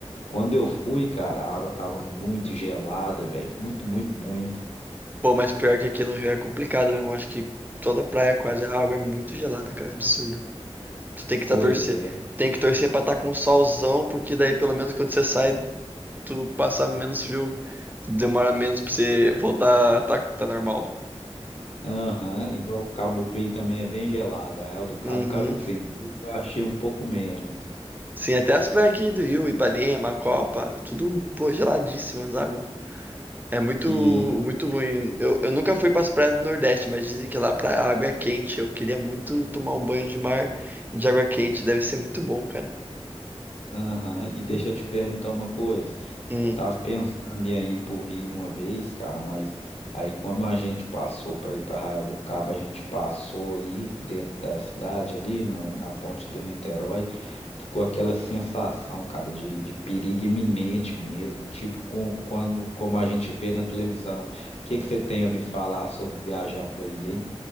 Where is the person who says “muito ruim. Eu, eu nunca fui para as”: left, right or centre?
Right